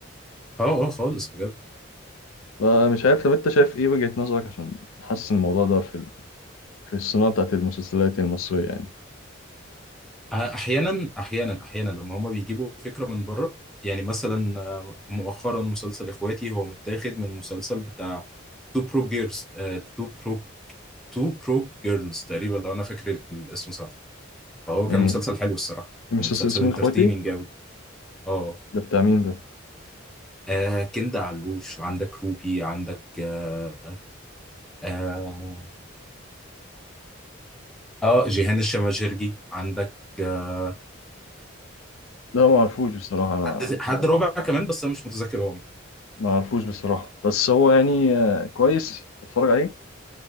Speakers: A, in the centre; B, on the left.
A: اه اه خالص بجد
B: فمش عارف لو انت شايف ايه وجهه نظرك عشان نحسن الموضوع ده في ال... في الصناعه بتاعت المسلسلات المصريه يعني
A: اه، احيانا احيانا احيانا لما هما بيجيبوا فكره من بره يعني مثلا اه، مؤخرا مسلسل اخواتي هو متاخد من مسلسل بتاع تو برو جيرلز تو برو تو برو جيرلز تقريبا لو انا فاكر الاسم صح فهو
B: امم
A: كان مسلسل حلو الصراحه
B: المسلسل
A: مسلسل
B: اسمه
A: انترتيننج
B: اخواتي
A: قوي اه
B: ده بتاع مين ده
A: آه، كندا علوش عندك روبي عندك آه آه اه جيهان الشماجرجي عندك آه،
B: لا ما اعرفوش بصراحه انا
A: حد حد رابع كمان بس انا مش متذكر هو مين.
B: ما اعرفوش بصراحه بس هو يعني آه، كويس اتفرج عليه